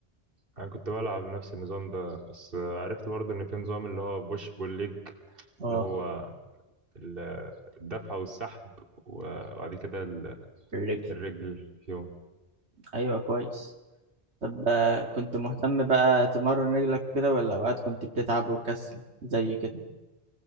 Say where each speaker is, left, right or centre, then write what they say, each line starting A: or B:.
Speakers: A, on the right; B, on the right.
A: أنا كنت بلعب نفس النظام ده بس عرفت برضه إن في نظام اللي هو بوش بول ليج
B: اه
A: اللي هو ال- الدفع والسحب وبعد كده ال-
B: الرجل
A: الرجل فيهم
B: ايوه كويس طب آه، كنت مهتم بقى تمرن رجلك كده ولا اوقات كنت بتتعب وكسل زي كده